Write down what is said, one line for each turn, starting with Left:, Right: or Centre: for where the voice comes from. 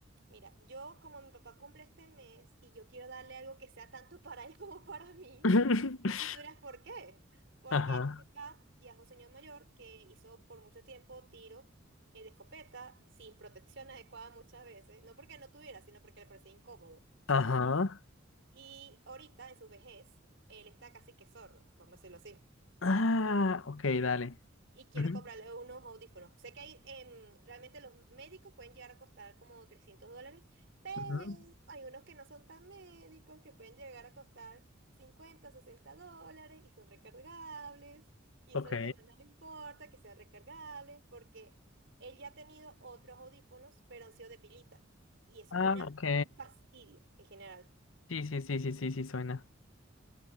Right: Mira, yo como mi papá cumple este mes y yo quiero darle algo que sea tanto <laughs> para él como para mí.
Left: <laughs>
Right: Y tú dirás, ¿por qué? Porque
Left: Ajá.
Right: mi papá ya es un señor mayor que hizo por mucho tiempo tiro eh, de escopeta sin protección <laughs> adecuada muchas veces, no porque no tuviera, sino porque le parecía incómodo.
Left: Ajá.
Right: Y ahorita, en su vejez, él está casi que sordo, vamos a decirlo así.
Left: Ah, ok, dale.
Right: Sí. Y quiero
Left: Ujú,
Right: comprarle unos audífonos. Sé que hay, em, realmente los médicos pueden llegar a costar como 300 dólares, pero
Left: ujú.
Right: hay unos que no son tan médicos, que pueden llegar a costar 50 60 dólares y son recargables. Y
Left: Ok.
Right: eso es lo que más nos importa, que sean recargables, porque él ya ha tenido otros audífonos, pero han sido de pilita. Y eso
Left: Ah,
Right: es una,
Left: ok.
Right: un fastidio en general.
Left: Sí, sí, sí, sí, sí, sí, suena.